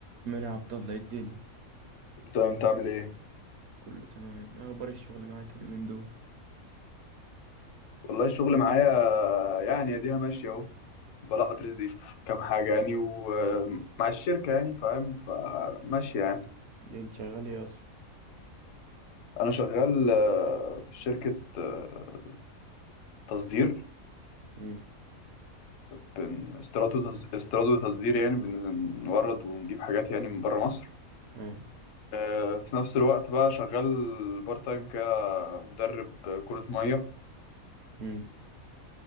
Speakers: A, on the right; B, on the left.
A: مين يا عبد الله إيه الدنيا
B: تمام انت عامل ايه؟
A: كله تمام ايه اخبار الشغل معاك اليومين دول
B: والله الشغل معايا يعني اديها ماشية اهو بلقط رزقي في كام حاجة يعني ومع الشركة يعني فاهم فماشية يعني
A: اللي انت شغال ايه اصلا
B: انا شغال آه، في شركة آه، تصدير
A: امم
B: بن استيراد وتص- استيراد وتصدير يعني بنورد ونجيب حاجات يعني من بره مصر
A: هاي
B: آه، في نفس الوقت بقى شغال بارت تايم كمدرب كرة مية
A: امم